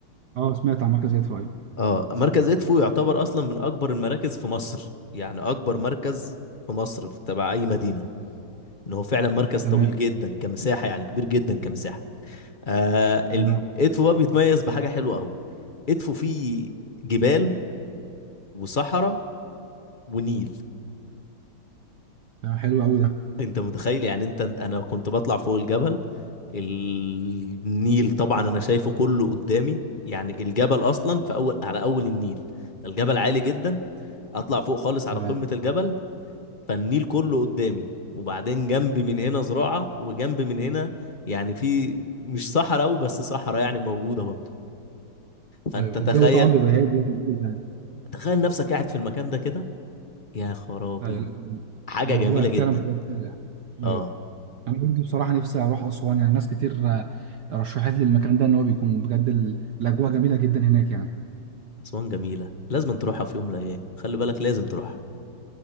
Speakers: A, on the right; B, on the left.
A: اه سمعت عن مركز يدفع ايوه
B: اه مركز ادفو يعتبر اصلا من اكبر المراكز في مصر يعني اكبر مركز في مصر في تبع اي مدينه ان هو فعلا مركز
A: تمام
B: طويل جدا كمساحه يعني كبير جدا كمساحه آه
A: تمام
B: الم... ادفو بقى بيتميز بحاجه حلوه قوي ادفو فيه جبال وصحراء ونيل
A: تمام حلو قوي ده
B: انت متخيل يعني انت انا كنت بطلع فوق الجبل النيل طبعا انا شايفه كله قدامي يعني الجبل اصلا في اول على اول النيل الجبل عالي جدا اطلع فوق خالص على
A: تمام
B: قمة الجبل فالنيل كله قدامي وبعدين جنبي من هنا زراعة وجنب من هنا يعني في مش صحراء أوي بس صحراء يعني موجودة برضه فأنت
A: ايوه
B: تخيل
A: الجو طبعا بيبقى هادي وجميل يعني
B: تخيل نفسك قاعد في المكان ده كده يا خرابي
A: ايوه لا،
B: حاجة
A: الاجواء
B: جميلة
A: فعلا
B: جدا
A: بتبقى جميله يعني.
B: اه
A: ايوه انا كنت بصراحه نفسي اروح اسوان يعني ناس كتير آه، رشحت لي المكان ده ان هو بيكون بجد ال- الاجواء جميله جدا هناك يعني
B: أسوان جميلة لازم تروحها في يوم من الأيام خلي بالك لازم تروحها